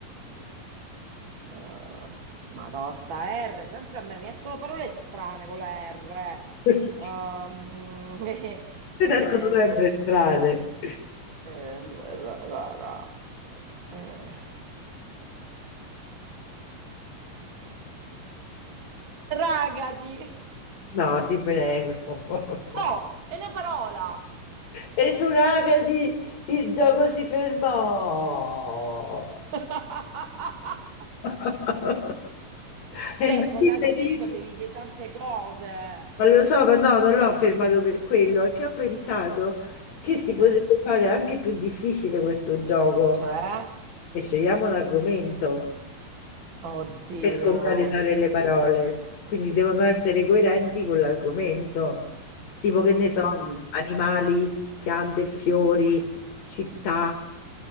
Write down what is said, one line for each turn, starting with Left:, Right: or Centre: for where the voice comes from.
Right: Uh, Madonna, sta R, sempre a me mi escono parole strane con la R.
Left: <laughs>
Right: Um, <laughs>
Left: Te
Right: eh,
Left: ne escono sempre strane.
Right: eh, ra- ra- ra- ra- eh. Ragadi.
Left: No, ti prego. <laughs>
Right: Oh, è una parola.
Left: E su Ragadi il gioco si fermò.
Right: <laughs>
Left: <laughs> E
Right: Beh,
Left: indovina
Right: con la D
Left: chi
Right: potevi
Left: si-
Right: dire tante cose.
Left: Ma lo so, ma no, non l'ho fermato per quello, è che ho pensato che si potrebbe
Right: Eh,
Left: fare anche più difficile questo gioco.
Right: Cioè,
Left: E scegliamo un argomento.
Right: oddio.
Left: per concatenare le parole, quindi devono essere coerenti con l'argomento, tipo che ne
Right: Mm,
Left: so, animali, piante, e fiori, città.